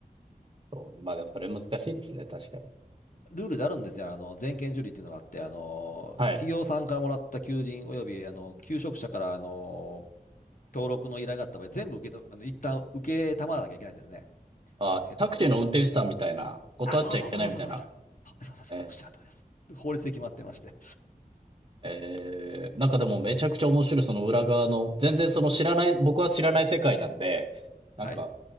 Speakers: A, on the right; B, on the left.
A: ー。そう。まあでもそれ難しいですね。確かに。
B: ルールであるんですよ。あの、全件受理っていうのがあって、あの、
A: はい。
B: 企業さんからもらった求人および、あの、求職者から、あの、登録の依頼があった場合、全部受けと、あの、一旦受けたまわなきゃいけないんですね。
A: あ、
B: えっと、
A: タクシーの運転手さんみたいな、断っちゃいけないみたいな。
B: あ、そうそうそうそうそうそうそう。そうそうそうそう、
A: えー、
B: おっしゃる通りです。法律で決まってまして。
A: えーなんかでもめちゃくちゃ面白い、その裏側の、全然その知らない、僕は知らない世界なんで、なんか、
B: はい。